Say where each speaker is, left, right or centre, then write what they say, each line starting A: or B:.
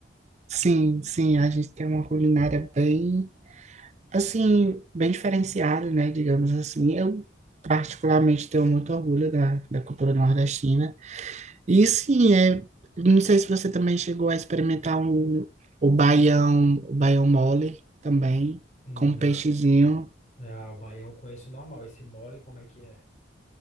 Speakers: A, on the right; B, on the left.
A: Sim, sim, a gente tem uma culinária bem assim, bem diferenciado, né? Digamos assim. Eu, particularmente, tenho muito orgulho da, da cultura nordestina. E sim, é, não sei se você também chegou a experimentar o, o baião, o baião mole também,
B: Na,
A: com peixezinho.
B: na, o baião eu conheço normal, esse mole, como é que é?